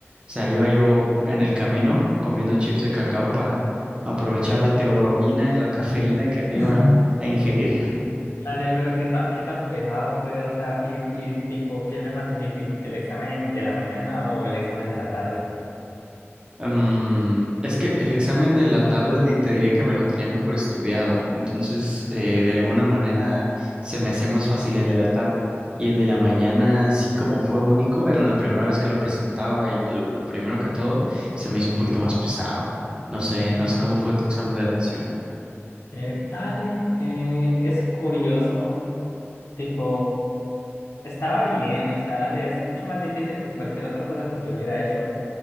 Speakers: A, on the right; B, on the left.
A: O sea, iba yo
B: Ajá.
A: en el camino comiendo chips de cacao para aprovechar la teobromina y la cafeína que me
B: <laughs>
A: iba a ingerir.
B: Dale, pero qué tan, qué tan pesado fue, o sea, y, y tipo, ¿qué fue más difícil? ¿El examen de la mañana o el examen de la tarde?
A: Mm, es que el examen de la tarde di- te diría que me lo tenía mejor estudiado, entonces
B: Ujú.
A: eh, de alguna manera se me hacía más fácil el de la tarde y el de la mañana sí como fue único, era la primera vez que lo presentaba y l- lo primero que todo se me hizo un poquito más pesado. No sé,
B: Ujú.
A: no sé cómo fue tu examen de admisión.
B: Eh, dale, eh, es curioso, tipo, estaba bien, o sea, dale, es mucho más difícil que cualquier otra cosa que yo hubiera hecho.